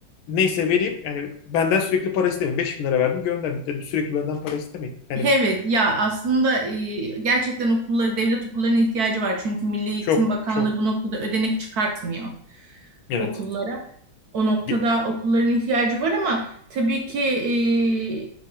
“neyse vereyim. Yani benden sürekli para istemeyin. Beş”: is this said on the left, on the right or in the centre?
Left